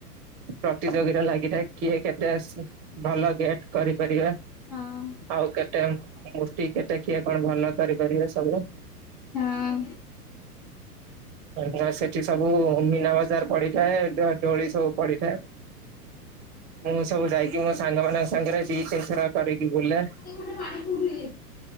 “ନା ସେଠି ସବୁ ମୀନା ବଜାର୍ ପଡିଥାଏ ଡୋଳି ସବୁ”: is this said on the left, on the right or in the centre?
Right